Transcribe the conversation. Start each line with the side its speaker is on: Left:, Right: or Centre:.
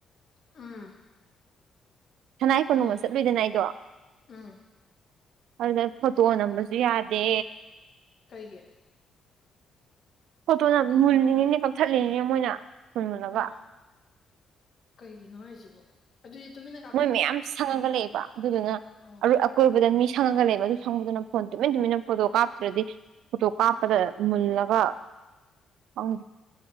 Left: ꯎꯝ
Right: ꯁꯅꯥꯏ ꯀꯣꯅꯨꯡꯗ
Left: ꯐꯪꯉꯦ
Right: ꯆꯠꯂꯨꯏꯗꯅ ꯑꯩꯗꯣ
Left: ꯎꯝ
Right: ꯑꯗꯨꯗ ꯐꯣꯇꯣ ꯅꯝꯕꯁꯨ ꯌꯥꯗꯦ
Left: ꯀꯩꯒꯤ
Right: ꯐꯣꯇꯣꯅ ꯃꯨꯜꯂꯤꯉꯤꯅꯦ ꯀꯛꯊꯠꯂꯤꯅꯤꯅꯦ ꯃꯣꯏꯅ ꯐꫭꯟ ꯃꯨꯜꯂꯒ
Left: ꯏꯃꯥ ꯀꯩꯒꯤꯅꯣ ꯍꯥꯏꯁꯤꯕꯣ ꯑꯗꯨꯗꯤ ꯇꯨꯃꯤꯟꯅ ꯀꯥꯞꯄꯦ
Right: ꯃꯣꯏ ꯃꯌꯥꯝ ꯁꯪꯉꯒ ꯂꯩꯌꯦꯕ ꯑꯗꯨꯗꯨꯅ
Left: ꯑꯣ
Right: ꯑꯀꯣꯏꯕꯗ ꯃꯤ ꯁꯪꯉꯒ ꯂꯩꯕ ꯑꯗꯨ ꯁꯪꯉꯨꯗꯨꯅ ꯐꯣꯟ ꯇꯨꯃꯤꯟ ꯇꯨꯃꯤꯟꯅ ꯐꯣꯇꯣ ꯀꯥꯞꯇ꯭ꯔꯗꯤ ꯐꯣꯇꯣ ꯀꯥꯞꯄꯗ ꯃꯨꯜꯂꯒ ꯑꯣ